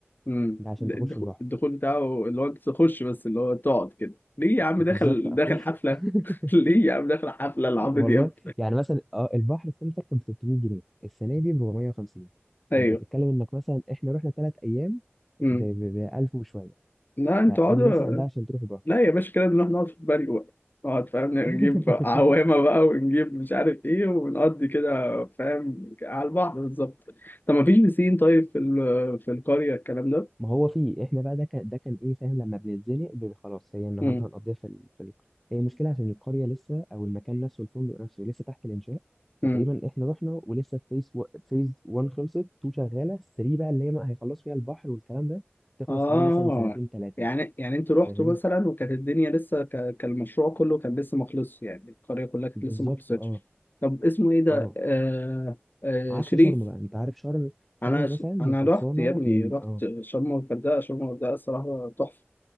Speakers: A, on the left (about 45°); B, in the centre.
A: امم
B: ده عشان
A: د-
B: تخش
A: الدخول
B: البحر
A: الدخول بتاعه اللي هو انت تخش بس اللي هو تقعد كده ليه يا عم
B: بالظبط
A: داخل
B: اخش
A: داخل حفله
B: <laughs>
A: <laughs> ليه يا عم داخل حفله لعمرو
B: والله
A: دياب
B: يعني مثلا اه البحر السنه اللي فاتت كان ب 300 جنيه السنه دي ب 450
A: ايوه
B: فانت بتتكلم انك مثلا احنا رحنا ثلاث ايام
A: امم
B: ب ب 1000 وشويه
A: لا انتوا
B: فادي
A: اقعدوا
B: مثلا ده عشان تروح البحر
A: لا يا باشا كده نروح نقعد في البري بقى نقعد فاهم نجيب
B: <laughs>
A: عوامة بقى ونجيب مش عارف ايه ونقضي كده فاهم على البحر بالظبط طب ما فيش بسين طيب في ال- في القرية الكلام ده
B: ما هو فيه احنا بقى ده كان ده كان ايه فاهم لما بنتزنق ب- خلاص هي النهارده
A: مم.
B: هنقضيها في ال... في ال... هي المشكله عشان القريه لسه او المكان نفسه الفندق نفسه لسه تحت الانشاء
A: مم.
B: فتقريبا احنا رحنا ولسه فيز و... فيز 1 خلصت 2 شغاله 3 بقى اللي هي ما هيخلصوا فيها البحر والكلام ده تخلص
A: اه
B: كمان مثلا سنتين ثلاثه
A: يعني يعني انتوا رحتوا
B: فاهم؟
A: مثلا وكانت الدنيا لسه ك... كان المشروع كله كان لسه ما خلصش يعني القرية كلها كانت
B: بالظبط
A: لسه ما خلصتش
B: اه
A: طب اسمه ايه ده
B: اه
A: آه... آه...
B: عكس
A: شريف
B: شرم بقى انت عارف شرم شرم
A: انا ش...
B: مثلا
A: انا
B: هي خلصانه
A: رحت يا ابني
B: من
A: رحت
B: اه
A: شرم والغردقة شرم والغردقة الصراحة تحفة